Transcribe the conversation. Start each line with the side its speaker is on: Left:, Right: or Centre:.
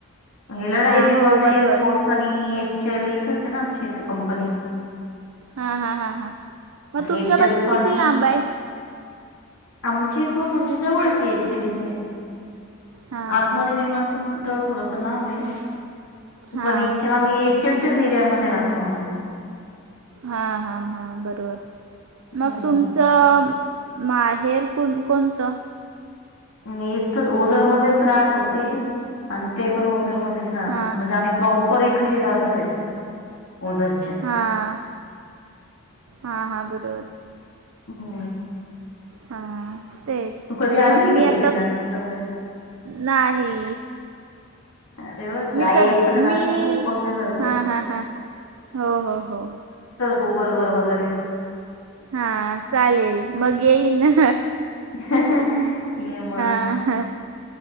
Left: हे लढाई
Right: हां
Left: विमान
Right: हो बरोबर
Left: एअरफोर्स. आणि एच एल इथच आहे ना आमची इथे कंपनी.
Right: हां हां हां हां मग तुमच्यापासून
Left: एच एल पण
Right: किती लांब आहे.
Left: आमच्या इथून म्हणजे जवळच ये क्चुली इथे.
Right: हां
Left: आतमध्ये
Right: हां
Left: विमान तर थोडस लांब आहे
Right: हां
Left: पण याछला मी चलच्या झिर्यामध्ये राहतो आम्ही.
Right: हां हां हां बरोबर मग
Left: हम्म
Right: तुमच च माहेर कोण कोणतं.
Left: म इथच ओझरमध्येध्येच राहत होते आणि ते पण ओझरमध्येध्येच राहतात
Right: हां
Left: म्हणजे आम्ही प्रॉपर इथले जाधवेत ओझर.
Right: हां हां हां बरोबर.
Left: हम्.
Right: हां तेच
Left: तू कधी आलीय
Right: मग
Left: का
Right: मी
Left: इकडे
Right: आता
Left: नाशिकला वगैरे?
Right: नाही.
Left: अरे वा! काय
Right: मी क
Left: यायचं ना नाशिक
Right: मी
Left: खूप बघण्यासारखं
Right: हा
Left: आहे.
Right: हा हा हो हो हो.
Left: गुगल वर वगैरे.
Right: हा चालेल मग येई ना.
Left: हा ये मग.
Right: आहा.